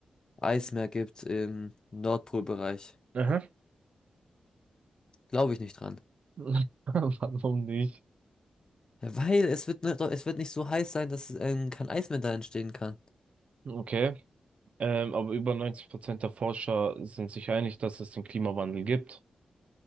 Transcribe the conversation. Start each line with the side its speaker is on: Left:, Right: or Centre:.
Left: Eismeer gibt im Nordpolbereich.
Right: Aha.
Left: Glaube ich nicht dran.
Right: <laughs> Warum nicht?
Left: Ja, weil es wird, ne- es wird nicht so heiß sein, dass ähm, kein Eis mehr da entstehen kann.
Right: Okay. Ähm, aber über 90% der Forscher sind sich einig, dass es den Klimawandel gibt.